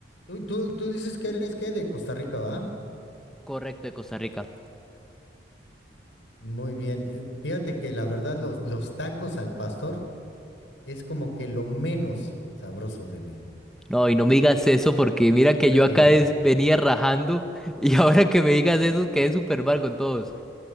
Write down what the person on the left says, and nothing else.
Tú, tú, tú dices que eres que de Costa Rica, ¿va?
Muy bien. Eh, Fíjate que la verdad, los, los tacos al pastor es como que lo menos sabroso de México.
En
serio.
<laughs>